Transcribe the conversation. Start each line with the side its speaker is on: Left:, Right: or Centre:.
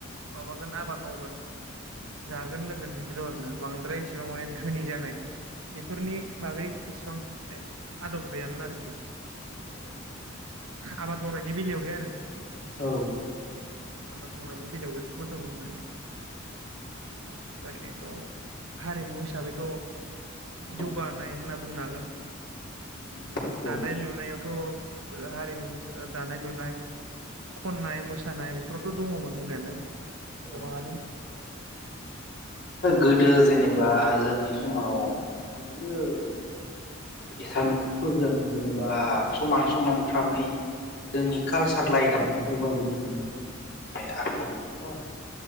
Right: माबागोन आबाद मावगोन जागोन लोंगोन बिदिल' आर ना बांद्राय इसेबां माने धोनि जानाय बेफोरनि बागै इसेबां माने आदब गैयामोन आरोखि
Left: औ
Right: आबाद मावनायनि बेलायावहाय आरो
Left: औ
Right: आबाद मावनायनि <unintelligible> बेफोरखौ जों बुंनो हायो ओरैनोथ' हारिमु हिसाबैथ'
Left: औ
Right: जौगानाय होनना बुंनो हागोन
Left: समाजखौ
Right: दानाय लुनायावथ' <unintelligible> मोसानाय दानाय लुनाय खनाय मोसानाय बेफोर दङमोन दंनायालाय
Left: औ
Right: गोजांयालै
Left: गोदो जेनेबा जोंनि समाव बिदिनो <inaudible> एसामिसफोरजों जेनेबा ओ समान समान फामै जोंनि कालसार लाइनाव जौगाबोदों होननानै <unintelligible>